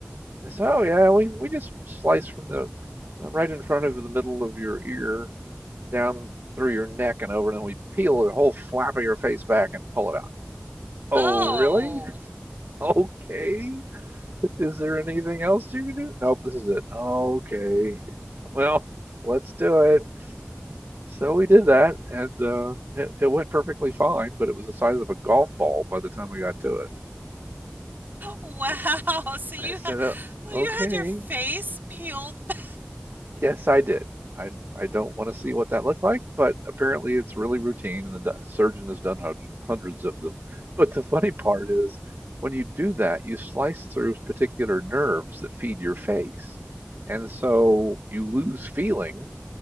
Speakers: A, on the right; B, on the right.
A: So yeah, we, we just slice from the uh, right in front of the middle of your ear down through your neck and over, and then we peel the whole flap of your face back and pull it out. Oh,
B: Oh.
A: really? <laughs> Okay. Is there anything else you can do? Nope, this is it. Okay. <laughs> Well, let's do it. So we did that, and uh, it, it went perfectly fine, but it was the size of a golf ball by the time we got to it.
B: Wow.
A: It's
B: <laughs> So you
A: I said,
B: had
A: "Uh,
B: well,
A: okay,
B: you had your face peeled <laughs> back.
A: yes, I did. I I don't want to see what that looked like, but apparently it's really routine, and the do- surgeon has done hundred, hundreds of them. But the funny part is, when you do that, you slice through particular nerves that feed your face, and so you lose feeling